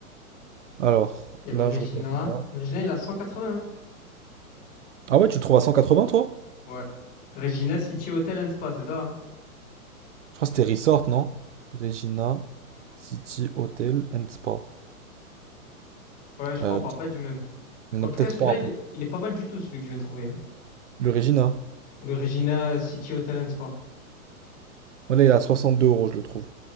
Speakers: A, on the right (about 55°); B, on the left (about 20°).
A: Alors,
B: Il y a le
A: là,
B: Regina.
A: je regarde. là.
B: Le Regina, il a 180. hein.
A: Ah ouais, tu le trouves à 180 toi?
B: Ouais. Regina City Hotel and Spa, c'est ça? hein
A: Je crois que c'était Resort, non? Regina City Hotel and Spa.
B: Ouais, je crois,
A: Euh,
B: on parle pas du même.
A: non,
B: Mais En tout
A: peut-être
B: cas, celui-là,
A: pas. en
B: il
A: fait.
B: est, il est pas mal du tout, celui que je viens de trouver. hein.
A: Le Regina.
B: Le Regina City Hotel Talent Spa.
A: Voilà, il est à soixante-deux euros, je le trouve.